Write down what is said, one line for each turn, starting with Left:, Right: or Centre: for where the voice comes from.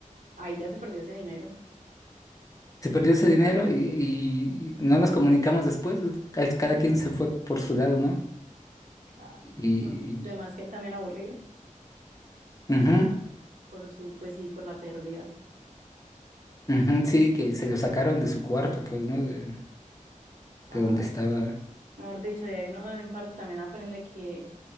Right: ahí ya se perdió ese dinero.
Left: Se perdió ese dinero y, y no nos comunicamos después, ca- cada quien se fue por su lado, ¿no?
Right: Ah,
Left: Y,
Right: no, además que él también aburrido
Left: ujú,
Right: por su, pues sí, por la pérdida.
Left: ujú, sí, que se lo sacaron de su cuarto, pues, ¿no? De,
Right: Ay,
Left: de donde estaba.
Right: Mejor dicho, de ahí uno en parte también aprende que